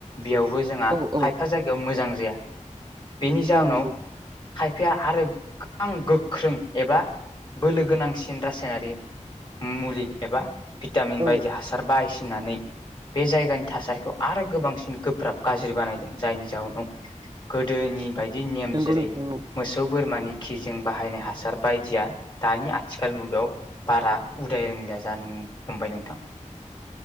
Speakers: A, on the left (about 35°); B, on the right (about 35°).
A: बेयावबो जोंहा
B: औ औ
A: खायफा जायगायाव मोजां जाया बेनि जाउनाव
B: औ नंगौ
A: खायफाया आरो गोबां गोख्रों एबा बोलो गोनांसिन रासायनारि मुलि एबा भिटामिन
B: औ
A: बायदि हासार बायसिनानै बे जायगानि थासारिखौ आरो गोबांसिन गोब्राब गाज्रि बानायदों जायनि जाउनाव गोदोनि बायदि नेम
B: नंगौ
A: जेरै
B: नोंथां औ
A: मोसौ बोरमानि खिजों बाहायनाय हासार बायदिया दानि आथिखाल मुगायाव बारा उदाय रोंलि या जानो हमबाय नोंथां